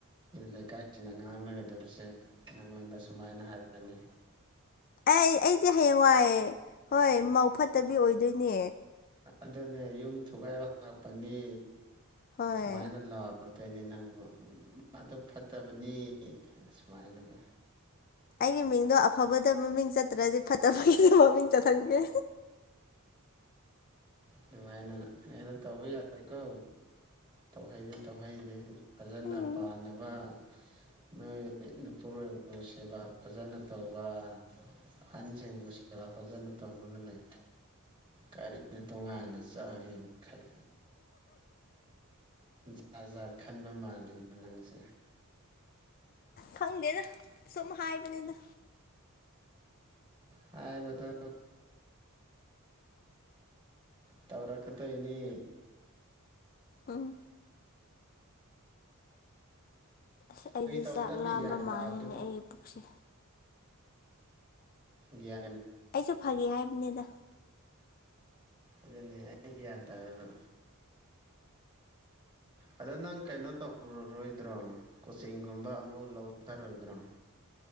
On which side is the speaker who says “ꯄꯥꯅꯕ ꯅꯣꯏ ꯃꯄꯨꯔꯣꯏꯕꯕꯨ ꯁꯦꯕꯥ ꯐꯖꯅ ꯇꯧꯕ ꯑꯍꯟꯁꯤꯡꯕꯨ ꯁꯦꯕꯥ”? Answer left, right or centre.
Right